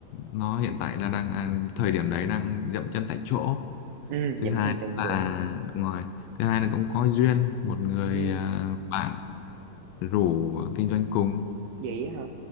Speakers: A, on the left; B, on the right.
A: nó hiện tại là đang à, thời điểm đấy đang dậm chân tại chỗ
B: ừ
A: thứ
B: dậm
A: hai
B: chân tại
A: là
B: chỗ
A: ngoài thứ hai là cũng có duyên một người
B: ừ
A: ờ, bạn rủ kinh doanh cùng
B: vậy á hả